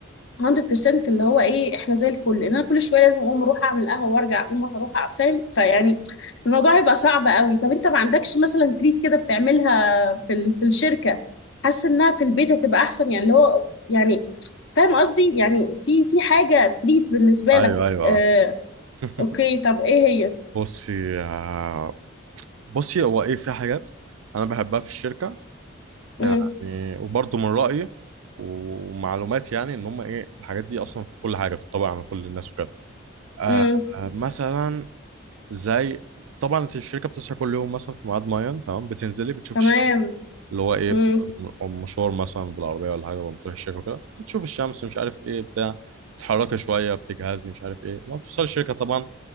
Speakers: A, on the left; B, on the right.
A: 100% اللي هو ايه احنا زي الفل لان انا كل شويه لازم اقوم اروح اعمل قهوه وارجع اقوم اروح أع- فاهم فيعني الموضوع هيبقى صعب قوي طب انت ما عندكش مثلا تريت كده بتعملها في ال... في الشركه حاسس انها في البيت هتبقى احسن يعني اللي هو يعني فاهم قصدي يعني في في حاجه تريت بالنسبه
B: ايوه
A: لك
B: ايوه اه
A: آه
B: <laughs>
A: اوكي طب ايه هي
B: بصي آه، بصي هو ايه في حاجات انا بحبها في الشركة
A: امم
B: يعني وبرضه من رأيي ومعلوماتي يعني ان هم ايه الحاجات دي اصلا في كل حاجة بتطبق على كل الناس وكده آه
A: امم
B: آه، مثلا زي طبعا انت الشركه بتصحى كل يوم مثلا في ميعاد معين تمام بتنزلي بتشوف
A: تمام
B: الشمس اللي هو ايه
A: امم
B: م- مشوار مثلا بالعربيه ولا حاجه بتروح الشركه وكده بتشوف الشمس مش عارف ايه بتاع بتتحركي شويه بتجهزي مش عارف ايه لما بتوصلي الشركه طبعا